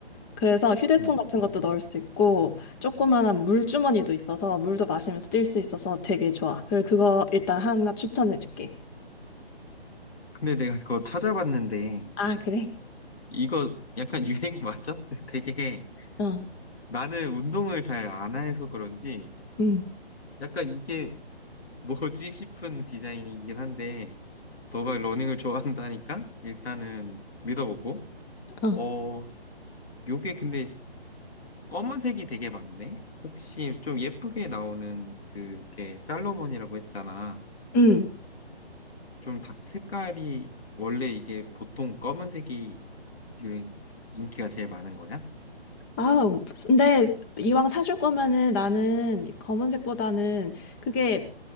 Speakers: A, on the left; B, on the left.
A: 그래서 휴대폰
B: 음.
A: 같은 것도 넣을 수 있고 조그만한 물주머니도 있어서 물도 마시면서 뛸 수 있어서 되게 좋아. 그리고 그거 일단 하나 추천해 줄게.
B: 근데 내가 이거 찾아봤는데
A: 아, 그래?
B: 이거 약간 <laughs> 유행 맞아? <laughs> 되게
A: 어.
B: 나는 운동을 잘 안 해서 그런지
A: 응.
B: 약간 이게 뭐지 <laughs> 싶은 디자인이긴 한데 너가 러닝을 좋아한다니까 일단은 믿어보고
A: 어.
B: 어 요게 근데 검은색이 되게 많네 혹시 좀 예쁘게 나오는 그게 살로몬이라고 했잖아
A: 응.
B: 좀 다- 색깔이 원래 이게 보통 검은색이 유행 인기가 제일 많은 거야?
A: 아, 근데 이왕 사줄 거면은 나는 검은색보다는 그게